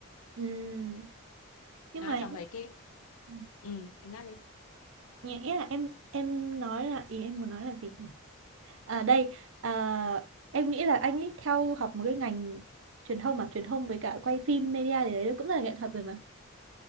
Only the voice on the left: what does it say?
nói
xong rồi cái
ừ em nói đi